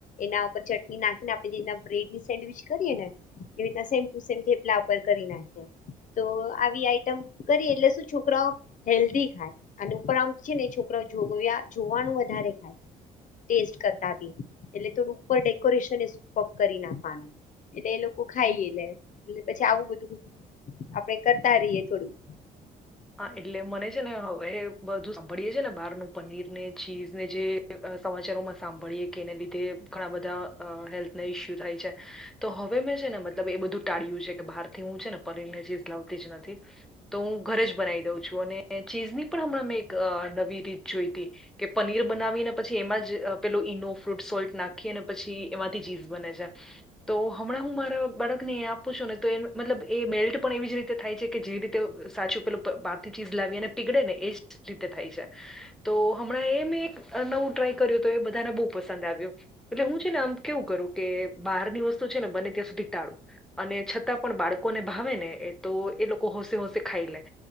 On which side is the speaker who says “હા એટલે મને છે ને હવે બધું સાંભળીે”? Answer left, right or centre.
Centre